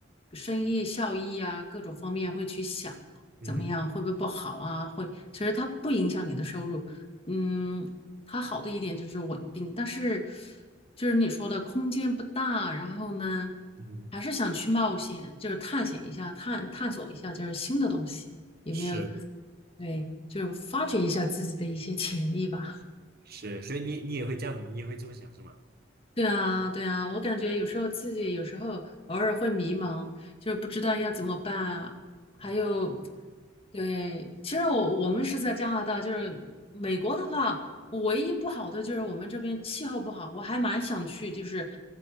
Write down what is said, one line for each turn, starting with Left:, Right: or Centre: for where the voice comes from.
Left: 生意效益啊，各种方面会去想。
Right: 嗯哼，
Left: 怎么样，会不会不好啊？会，其实它不影响你的收入。嗯，它好的一点就是稳定，但是就是你说的空间不大，然后呢，
Right: 嗯哼，
Left: 还是想去冒险，就是探险一下，探探索一下，就是新的东西，有没有？
Right: 是，
Left: 对，就是发掘一下自己的一些潜力吧。
Right: 是，所以你你也会这样子吗？你也会这么想是吗？
Left: 对啊，对啊，我感觉有时候自己有时候偶尔会迷茫，就是不知道要怎么办啊。还有，
Right: 啊，
Left: 对，其实我我们是在加拿大，就是美国的话，唯一不好的就是我们这边气候不好，我还蛮想去，就是